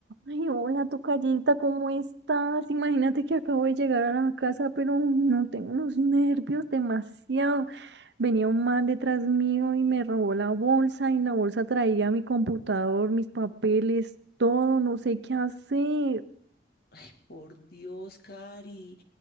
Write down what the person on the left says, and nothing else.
Ay, por Dios, Cari.